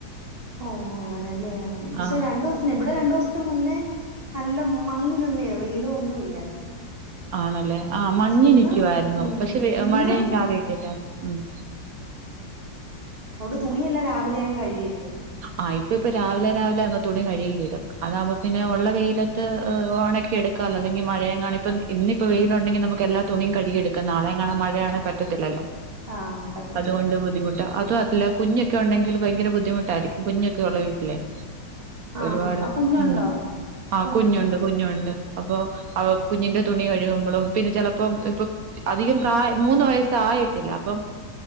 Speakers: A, on the right; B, on the right.
A: ഓ അങ്ങനെല്ലേ പക്ഷെ
B: ആ
A: രണ്ടുസം ഇവിടെ രണ്ടുസം മുന്നേ നല്ല മങ്ങിനിന്നേരുന്നു വെയിലോ ഒന്നും ഇല്ലായിരുന്നു
B: ആണ ലെ ആഹ് മഞ്ഞഞ്
A: പക്ഷെ ഇന്ന്
B: നിൽിക്കുവായിരുന്നു
A: ഉം
B: പക്ഷെ
A: ഇന്ന്
B: മഴയും ചാറിയിട്ടില്ലായിരുന്നു ഉ
A: അവിട് തുണിയല്ല രാവിലെ ഞാൻ കഴികിയിട്ട്
B: ആഹ് ഇപ്പ ഇപ്പ രാവിലെ രാവിലെ അങ്ങ് തുണി കഴുകിടും അതാവുമ്പം പിന്നെ ഉള്ള വെയിലത്ത് ഓ എടുകാലോ മഴയങ്ങാനിപ്പം ഇപ്പം ഇന്നിപ്പം വെയിലുണ്ടെങ്കിൽനമുക്ക് എല്ലാ തുണിയും കഴുകെടുക്കാം നളെഎങ്ങാനും മഴയാണേൽ പറ്റതില്ലല്ലോ
A: ആ പറ്റത്തില്ല
B: അതുകൊണ്ട് ബുദ്ധിമുട്ട അത്ല്ല കുഞ്ഞൊക്കെ ഉണ്ടെങ്കിൽ ഭയങ്കര ബുദ്ധിമുട്ടായിരിക്കും കുഞ്ഞൊക്കെ ഉള്ള വീട്ടിലെ ഒരുപാട്
A: ആന്ന് ആ കുഞ്ഞുണ്ടോ
B: ഉം ആ
A: കുഞ്ഞുണ്ടോ
B: കുഞ്ഞുണ്ട് കുഞ്ഞുണ്ട് അപ്പൊ കുഞ്ഞിന്റെ തുണി ഒഴുകുമ്പോഴും പിന്നെ ചെിലപ്പോം ഇപ്പൊ അധികം പ്രായം മൂന്ന് വയസ് ആായിട്ടില്ല അപ്പം